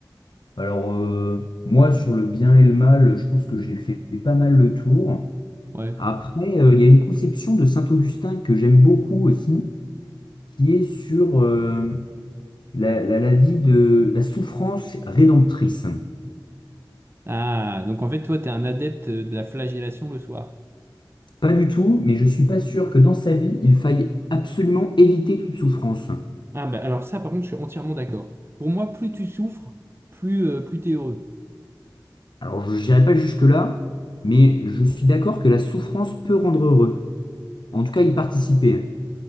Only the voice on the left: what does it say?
Alors, euh, moi, sur le bien et le mal, je pense que j'ai fait pas mal le tour.
Après, euh, il y a une conception de Saint-Augustin que j'aime beaucoup aussi, qui est sur euh, la, la- la vie de la souffrance rédemptrice.
Pas du tout, mais je suis pas sûr que dans sa vie, il faille absolument éviter toute souffrance.
Alors, je n'irai pas jusque-là, mais je suis d'accord que la souffrance peut rendre heureux. En tout cas, y participer.